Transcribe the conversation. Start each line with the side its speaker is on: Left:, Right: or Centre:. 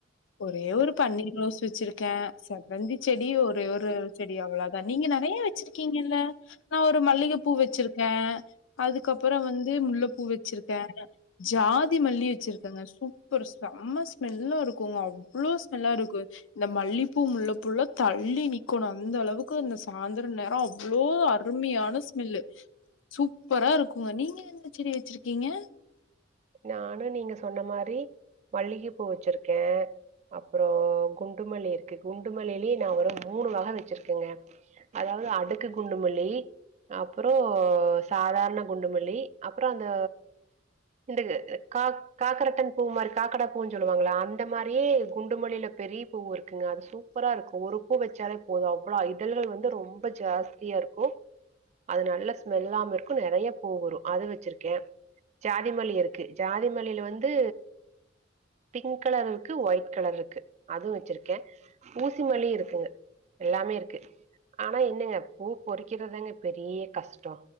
Left: ஒரே ஒரு பன்னீர் ரோஸ் வச்சிருக்கே செவந்தி செடி ஒரே ஒரு செடி அவ்ளோ தா நீங்க நெறைய வச்சிருக் கீங்கல்ல நா ஒரு மல்லிகப்பூ வச்சிருக்க அதுக்கப்புறம் வந்து முல்லப்பூ வச்சிருக்க ஜாதி மல்லி வச்சிருக்காங்க சூப்பர் செம்ம ஸ்மெல்லாருக் குங்க அவ்ளோ ஸ்மெல்லா இருக்கூ இந்த மல்லிப்பூ முல்ல பூல்லா தள்ளி நிக்கணு அந்த அளவுக்கு இந்த சாந்திர நேரொ அவ்வளோ அருமையான ஸ்மெல்லு சூப்பரா இருக்குங்க நீங்க என்ன செடி வச்சிருக்கீங்க
Right: நானு நீங்க சொன்ன மாரி மல்லிக பூ வச்சிருக்கே அப்புற குண்டுமல்லி இர்க்கு குண்டுமல்லிலே நா ஒரு மூணு வக வச்சிருக்கேங்க அதாவ்து அடுக்கு குண்டுமல்லி அப்புற சாதார்ண குண்டுமல்லி அப்புற அந்த ந்தகு காக் காகரட்டன் பூ மாரி காக்கடா பூன் சொல்லுவாங்களா அந் இந்த மாரியே குண்டுமல்லில பெரிய பூவு இருக்குங்க அது சூப்பராருக்கு ஒரு பூ வச்சாலெ போது அவ்ளோ இதழ்ள் வந்து ரொம்ப ஜாஸ்தியாருக்கு அது நல்ல ஸ்மெல்லாம இர்க்கு நெறைய பூ வரு அது வச்சிர்க்கே ஜாதிமல்லி இர்க்கு ஜாதிமல்லில வந்து பிங்க் கலர் இருக்கு ஒயிட் கலர்ருக்கு அதுவு வச்சுருக்கே ஊசிமல்லி இருக்குங்அ எல்லாமேருக்கு ஆனா என்னங்க பூ பொறிக்கிறதங்க பெரிய கஷ்டொ